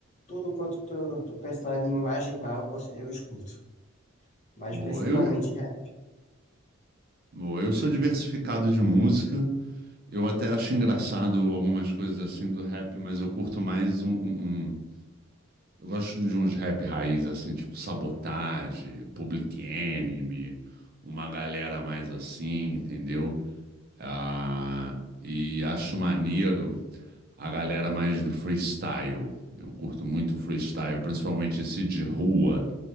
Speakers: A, on the left (about 35°); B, on the right (about 45°).
A: Tudo quanto tu, tu pensar em imaginar, eu, cons- eu escuto. Mas
B: boa.
A: principalmente
B: Eu,
A: rap.
B: Boa, eu sou diversificado de música. Eu até acho engraçado algumas coisas assim do rap, mas eu curto mais um, um- um- Eu gosto de uns rap raiz, assim, tipo Sabotage, Public Enemy, uma galera mais assim, entendeu? Ah, e acho maneiro a galera mais do freestyle. Eu curto muito freestyle, principalmente esse de rua.